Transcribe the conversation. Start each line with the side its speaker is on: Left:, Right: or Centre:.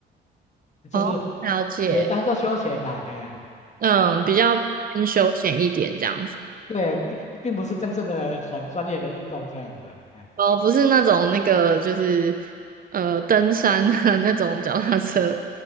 Left: 就是
Right: 哦，了解。
Left: 也当做休闲啦，哎，
Right: 嗯，比较偏休闲一点这样子。
Left: 对，并并不是真正的很专业的运动这样子啊，哎。
Right: 哦，不是那种那个就是呃登山的 <laughs> 那种脚踏车，